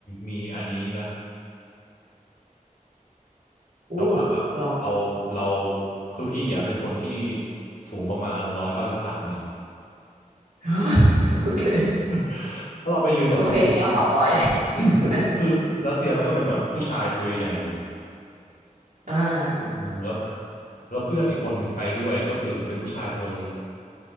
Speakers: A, on the left (about 80°); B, on the right (about 75°).
A: มีอันนี้นะ
B: <laughs> อู้
A: แต่ว่า
B: ร้อง
A: เราเราคือพี่อะเป็นคนที่สูงประมาณร้อยเก้าสิบสามไง
B: <laughs> โอเค
A: <laughs> ถ้าเราไปยืนกับคนรัสเซีย
B: โอเคไม่เอาสองร้อย <laughs>
A: <coughs> ก็คือรัสเซียมันก็เป็นแบบผู้ชายตัวใหญ่หมดเลย
B: อ่า
A: เออแล้วแล้วเพื่อนอีกคนหนึ่งไปด้วยก็คือเป็นผู้ชายตัวเล็ก